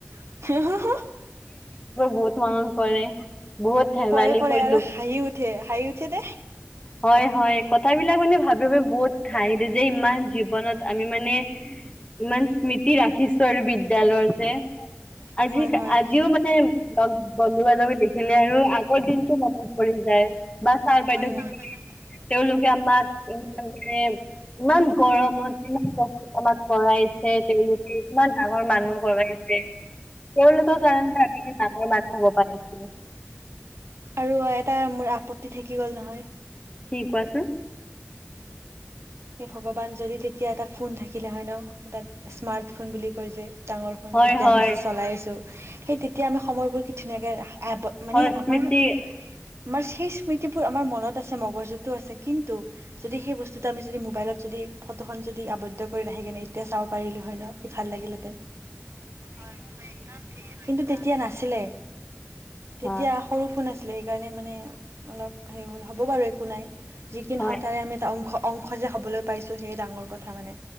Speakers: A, on the right (about 75°); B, on the left (about 25°).
A: <unintelligible> পৰে,
B: বহুত মনত পৰে বহুত ধেমালি
A: পৰে
B: কৰিলো
A: আৰু হাঁহি উঠ ঠে, হাই উঠে নে?
B: হয়। হয়। কথাবিলাক মানে ভাবি-ভাবি বহুত ঠাই টোযে ইমান জীৱনত আমি মানে ইমান স্মৃতি ৰাখিছোঁ আৰু বিদ্যালয়ৰ যে।
A: আজিও
B: আজি,
A: মানে
B: আজিও মানে বন্ধু-বান্ধৱী দেখিলে আৰু আগৰ দিনটো মনত পৰি যায়। বা ছাৰ-বাইদেউক
A: ছাৰ-বাইদেউ
B: তেওঁলোকে আমাৰ <unintelligible> ইমান গৰমত, ইমান কষ্টত আমাক পঢ়াইছে। তেওঁলোকে ইমান ডাঙৰ মানুহ ভৰাইছে, তেওঁলোকৰ কাৰনে আমি ডাঙৰ মানুহ হ'বা <unintelligible>
A: আৰু এটা মোৰ আপত্তি থাকি গ'ল নহয়।
B: কি কোৱাচোন?
A: এ ভগৱান, যদি তেতিয়া এটা ফোন থাকিলে হয় ন', এটাত স্মাৰ্ট ফোন বুলি কৈ যে। ডাঙৰ ফোন,
B: হয়
A: এতিয়া
B: হয়
A: আমি যি চলাই আছোঁ- সেই তেতিয়া আমি সময়বোৰ কি ধুনীয়াকৈ আব মানে
B: হয় স্মৃতি
A: আমাৰ আমাৰ সেই স্মৃতিবোৰ আমাৰ মনত আছে, মগজুতো আছে। কিন্তু যদি সেই বস্তুটো আমি যদি মোবাইলত যদি ফটোখন যদি আৱদ্ধ কৰি ৰাখি কেনে এতিয়া চাব পাৰিলোঁ হয় ন', কি ভাল লাগিলহেতেন। হয়। তুমি একদম ঠিকে কিন্তু তেতিয়া নাছিলে তেতিয়া
B: অ
A: সৰু ফোন আছিলে সেইকাৰণে মানে অলপ হেৰি হ'ল হ'ব বাৰু একো নাই যি কি নহওঁক
B: হয়
A: তাৰে আমি টা অংশ অংশ যে হ'বলৈ পাইছোঁ সেয়ে ডাঙৰ কথা মানে।